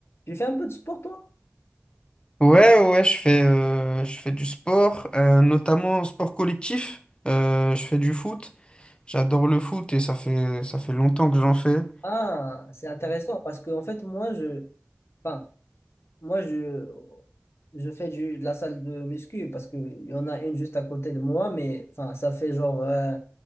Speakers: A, on the left; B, on the left.
A: J'ai fait un peu de sport, toi?
B: Ouais, ouais, ouais, je fais, euh, je fais du sport, euh, notamment sport collectif. Euh, je fais du foot. J'adore le foot et ça fait, ça fait longtemps que j'en fais.
A: Ah, c'est intéressant parce que, en fait, moi, je, enfin, moi, je, je fais du, de la salle de muscu parce qu'il y en a une juste à côté de moi, mais, enfin, ça fait genre euh,